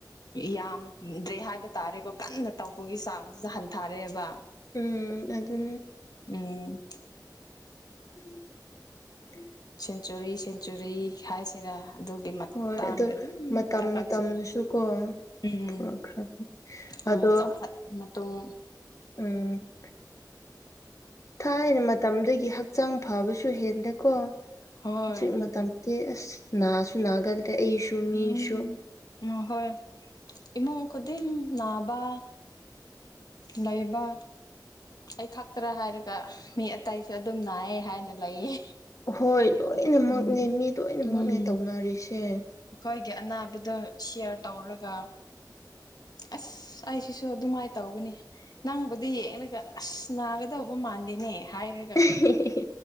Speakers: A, on the left; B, on the left.
A: ꯌꯥꯝ ꯗ꯭ꯔꯦ ꯍꯥꯏꯕ ꯇꯥꯔꯦꯀꯣ ꯀꯟꯅ ꯇꯧꯕꯒꯤ ꯆꯥꯡꯁꯤꯗ ꯍꯟꯊꯔꯦꯕ
B: ꯎꯝ ꯑꯗꯨ
A: ꯎꯝ
B: ꯎꯝ <inaudible>
A: ꯁꯦꯟꯆꯨꯔꯤ ꯁꯦꯟꯆꯨꯔꯤ ꯍꯥꯏꯁꯤꯔꯥ ꯑꯗꯨꯒꯤ ꯃꯇꯥꯡꯗ
B: ꯍꯣꯏ ꯑꯗꯣ
A: ꯑꯗꯨꯝ
B: ꯃꯇꯝ
A: ꯊꯕꯛꯁꯦ
B: ꯃꯇꯝꯅꯁꯨꯀꯣ
A: ꯎꯝ
B: ꯄꯨꯔꯛꯈ꯭ꯔꯕ
A: ꯍꯣꯏ
B: ꯑꯗꯣ
A: ꯆꯥꯎꯈꯠ ꯃꯇꯨꯡ
B: ꯎꯝ ꯊꯥꯏꯅ ꯃꯇꯝꯗꯒꯤ ꯍꯛꯆꯥꯡ ꯐꯕꯁꯨ ꯍꯦꯜꯂꯦꯀꯣ
A: ꯍꯣꯏ
B: ꯍꯧꯖꯤꯛ ꯃꯇꯝ ꯑꯁ ꯅꯁꯨ ꯅꯒꯥꯜꯂꯦ ꯑꯩꯁꯨ ꯃꯤꯁꯨ
A: ꯎꯝ ꯎꯝ ꯍꯣꯏ ꯏꯃꯨꯡ ꯈꯨꯗꯤꯡ ꯅꯥꯕ ꯂꯩꯥꯕ ꯑꯩ ꯈꯛꯇ꯭ꯔ ꯍꯥꯏꯔꯒ ꯃꯤ ꯑꯇꯥꯏꯁꯨ ꯑꯗꯨꯝ ꯅꯥꯏꯌꯦ ꯍꯥꯏꯅ ꯂꯩꯌꯦ
B: ꯍꯣꯏ ꯂꯣꯏꯅꯃꯛꯅꯦ
A: ꯎꯝ
B: ꯃꯤ ꯂꯣꯏꯅꯃꯛꯅꯦ
A: ꯎꯝ
B: ꯇꯧꯅꯔꯤꯁꯦ
A: ꯑꯩꯈꯣꯏꯒꯤ ꯑꯅꯥꯕꯗ ꯁꯤꯌꯥꯔ ꯇꯧꯔꯒ ꯑꯁ ꯑꯩꯁꯤꯁꯨ ꯑꯗꯨꯃꯥꯏꯅ ꯇꯧꯕꯅꯤ ꯅꯪꯕꯨꯗꯤ ꯌꯦꯡꯉꯒ ꯑꯁ ꯅꯥꯒꯗꯧꯕ ꯃꯥꯟꯗꯦꯅꯦ ꯍꯥꯏꯔꯒꯦ
B: ꯍꯤ ꯍꯤ <inaudible>